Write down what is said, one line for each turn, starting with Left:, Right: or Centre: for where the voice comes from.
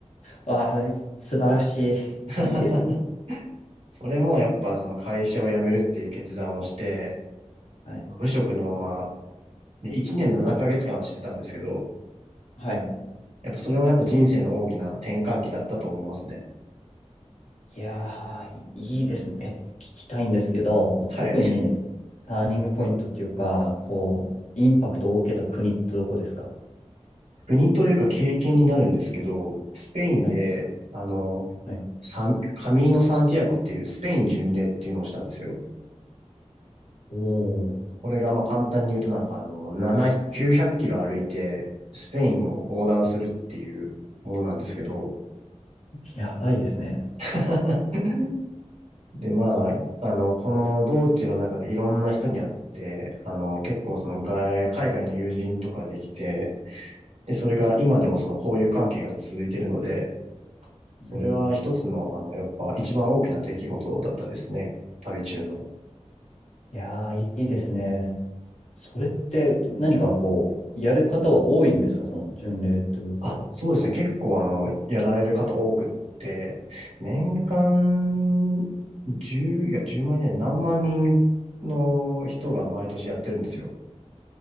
Left: ああ、す素晴らし
Right: <laughs>
Left: い。いいですね。
Right: それもやっぱその会社を辞めるっていう決断をして、
Left: はい。
Right: 無職のまま、で、1年7ヶ月間してたんですけど、
Left: はい。
Right: やっぱそれもやっぱ人生の大きな転換期だったと思いますね。
Left: いやー、いいいですね。え聞きたいんですけど、
Right: はい。
Left: 特にターニングポイントっていうか、こう、インパクトを受けた国ってどこですか
Right: 国というか経験になるんですけど、スペインで、
Left: はい。
Right: あの、
Left: はい。
Right: サカミーノ・サンティアゴっていうスペイン巡礼っていうのをしたんですよ。
Left: おー、
Right: これがまあ簡単に言うとなんかあの、7、900キロ歩いてスペインを横断するっていうものなんですけど。
Left: やばいですね。
Right: <laughs> で、まあ、あの、この道中の中でいろんな人に会って、あの、結構その外海外の友人とかできて、で、それが今でもその交友関係が続いてるので、それは一つの、
Left: うんうん
Right: あの、やっぱ一番大きな出来事だったですね。旅中の。
Left: いやー、いいですね。それって何かこう、やる方は多いんですかその巡礼というか。
Right: あ、そうですね。結構あの、やられる方多くって、年間1いや、1万人何万人の人が毎年やってるんですよ。